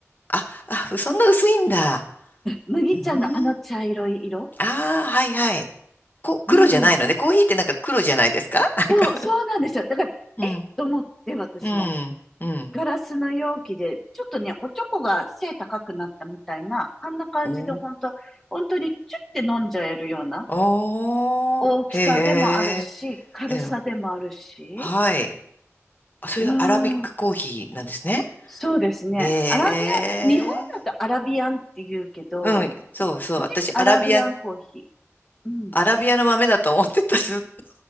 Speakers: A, on the left; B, in the centre.
A: あ、あ、そんな薄いんだ。
B: 麦茶のあの茶色い色。
A: うん。ああ、はいはい。こ、
B: うん。
A: 黒じゃないのね。コーヒーってなんか黒じゃないですか <laughs> なんか。
B: そう、そうなんですよ。だから、
A: うん。
B: えっと思って、私も。
A: うん。うん。
B: ガラスの容器で、ちょっとね、おちょこが背高くなったみたいな、あんな感じで本当、
A: お
B: 本当にチュッて飲んじゃえるような
A: おー。
B: 大きさでもあるし、
A: へ
B: 軽さでもあるし、
A: え。うん。はい。あそれがアラビックコーヒーなんですね。
B: うーん、そうですね。
A: へえ。
B: アラビアン、日本だとアラビアンって言うけど、
A: うん。そうそう。
B: ね、
A: 私、
B: アラビアンコーヒ
A: アラビアン、
B: ー。うん。
A: アラビアの豆だと思ってた、ずっと。